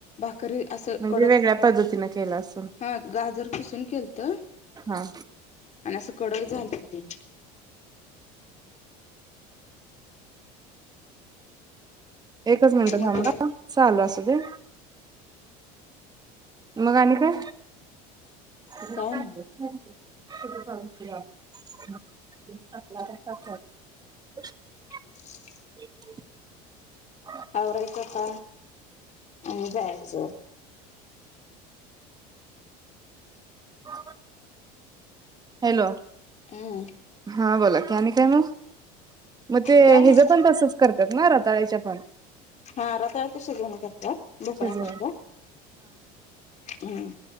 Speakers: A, on the left; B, on the right.
A: करी असं
B: म्हणजे
A: कडक
B: वेगळ्या पद्धतीनं केलं असेल
A: हा गाजर किसून केलत.
B: हा
A: असं कडक झालत ते
B: एकच मिनटं
A: मग
B: थांबा
A: त्याला
B: चालू असुदे. मग आणि काय <inaudible>
A: काय नाही
B: <inaudible>
A: <inaudible>
B: <inaudible>
A: आवरयच आता आणी जायच.
B: हो हॅलो,
A: हम्
B: हा बोला की आणि काय मग, मग ते
A: काय नाही
B: हयाच पण तसंच करतात ना रताळच्या पण
A: हा रताळच शिजवण करतात भोपळ्या
B: शिजवून
A: सारख्या हम्म